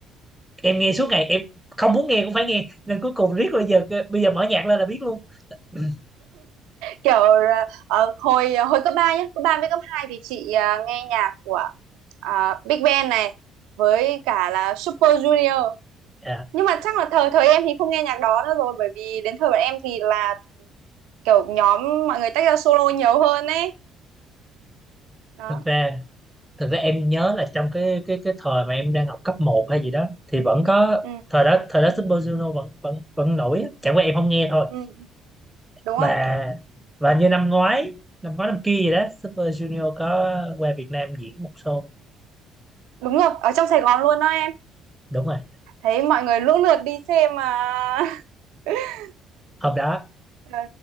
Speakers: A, in the centre; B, on the right (about 65°).
A: em nghe suốt ngày em không muốn nghe cũng phải nghe nên cuối cùng riết bây giờ bây giờ mở nhạc lên là biết luôn <clears throat>
B: Kiểu ờ, hồi hồi cấp 3 nhá, cấp ba với cấp 2 thì chị à, nghe nhạc của à, Big Bang này với cả là Super Junior.
A: à,
B: Nhưng mà chắc là thời thời em thì không nghe nhạc đó nữa rồi bởi vì đến thời bọn em thì là kiểu nhóm mọi người tách ra solo nhiều hơn ấy đó
A: thật ra thực ra em nhớ là trong cái cái cái thời mà em đang học cấp một hay gì đó thì vẫn có
B: ừ,
A: thời đó thời đó Super Junior vẫn vẫn vẫn nổi á. chẳng qua em không nghe thôi
B: ừ, đúng
A: và
B: rồi
A: và như năm ngoái năm ngoái năm kia gì đó Super Junior có qua Việt Nam diễn một show
B: đúng rồi ở trong Sài Gòn luôn đó em
A: đúng rồi
B: thấy mọi người lũ lượt đi xem mà <laughs>
A: hôm đó
B: Ờ,